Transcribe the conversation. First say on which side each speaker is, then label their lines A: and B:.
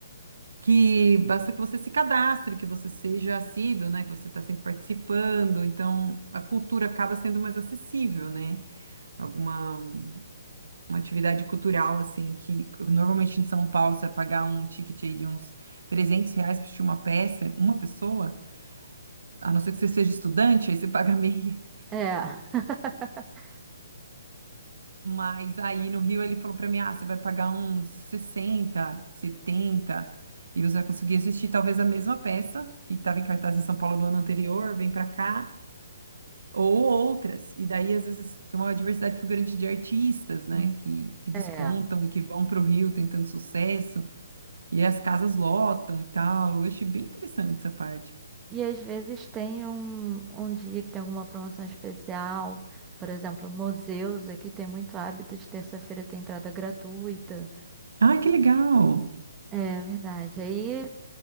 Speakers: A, on the right; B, on the right.
A: que basta que você se cadastre, que você seja assíduo, né? Que você está sempre participando. Então, a cultura acaba sendo mais acessível, né? Alguma uma atividade cultural, assim, que normalmente em São Paulo você vai pagar um ticket aí de uns 300 reais para assistir uma peça, uma pessoa, a não ser que você seja estudante, aí você paga meia.
B: É. <laughs>
A: Mas aí no Rio ele falou pra mim: ah, você vai pagar uns 60 70 e você vai conseguir assistir talvez a mesma peça que estava em cartaz em São Paulo no ano anterior, vem pra cá, ou outras. E daí às vezes tem uma diversidade muito grande de artistas, né, que, que despontam
B: É.
A: e que vão pro Rio tentando sucesso, e aí as casas lotam e tal. Eu achei bem interessante essa parte.
B: E às vezes tem um, um dia que tem alguma promoção especial. Por exemplo, museus aqui tem muito hábito de terça-feira ter entrada gratuita.
A: Ai, que legal!
B: É verdade. Aí